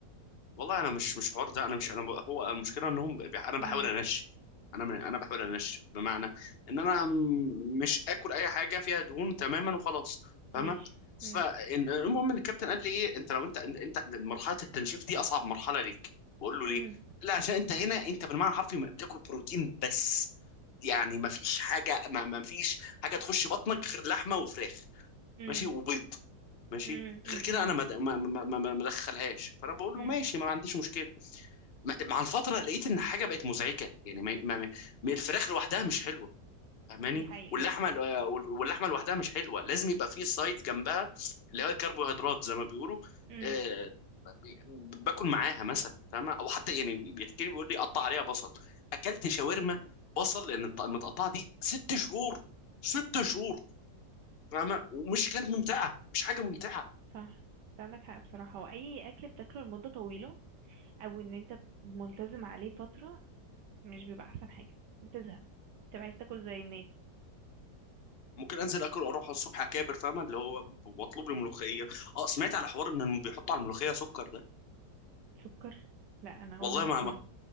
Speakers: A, on the left; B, on the right.
A: والله انا مش مش حوار ده انا مش انا ب- هو المشكله انهم بي- انا بحاول
B: امم
A: انش انا من انا بحاول انش بمعنى ان انا م- مش اكل اي حاجه فيها دهون تماما وخلاص فاهمه
B: ماشي امم
A: فالمهم ان الكابتن قال لي ايه انت لو انت انت أنت- مرحله التنشيف دي اصعب مرحله ليك بقول له
B: امم
A: ليه لا عشان انت هنا انت بالمعنى الحرفي ما بتاكل بروتين بس يعني ما فيش حاجه ما ما فيش حاجه تخش بطنك غير لحمه وفراخ
B: امم
A: ماشي وبيض ماشي
B: امم امم
A: غير كده انا ما ما ما ما ما- ما ادخلهاش فانا بقول
B: امم
A: له ماشي ما عنديش مشكله م- مع الفترة لقيت إن حاجة بقت مزعجة يعني ما ما ما الفراخ لوحدها مش حلوة فاهماني
B: دي حقيقة
A: واللحمة ال- وال- واللحمة لوحدها مش حلوة لازم يبقى فيه سايد جنبها اللي هو الكربوهيدرات زي ما بيقولوا
B: امم
A: آه، ب- باكل معاها مثلا فاهمة أو حتى يعني بيحكي لي بيقول لي قطع عليها بصل أكلت شاورما بصل لأن الط- المتقطعة دي ست شهور ست شهور فاهمة ومش كانت ممتعة مش حاجة ممتعة
B: صح انت عندك حق بصراحة واي اكل بتاكله لمدة طويلة او ان انت ملتزم عليه فترة مش بيبقى احسن حاجة بتزهق بتبقى عايز تاكل زي الناس
A: ممكن انزل اكل واروح الصبح اكابر فاهمه اللي هو ب- واطلب لي ملوخيه اه سمعت على حوار ان بيحطوا على الملوخيه سكر ده
B: سكر لا انا اول
A: والله
B: مرة
A: ما
B: اسمعه
A: ما